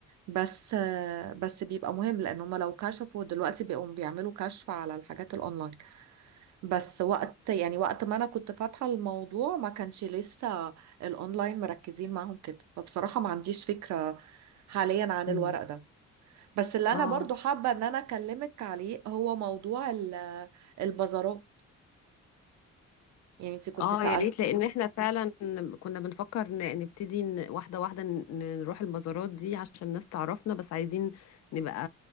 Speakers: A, on the right; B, on the left.
A: بس آه، بس بيبقى مهم لان هما لو كشفوا دلوقتي بيقوم بيعملوا كشف على الحاجات الاونلاين بس وقت يعني وقت ما انا كنت فاتحة الموضوع ما كانش لسه الاونلاين مركزين معاهم كده فبصراحة ما عنديش فكرة حاليا عن
B: مم.
A: الورق ده بس اللي
B: اه
A: انا برضو حابة ان انا اكلمك عليه هو موضوع ال- البازارات يعني انت كنت
B: اه
A: سألت
B: يا ريت لان احنا فعلا كنا بنفكر ن- نبتدي ن- واحده واحده ن- نروح البازارات دي عشان الناس تعرفنا بس عايزين نبقى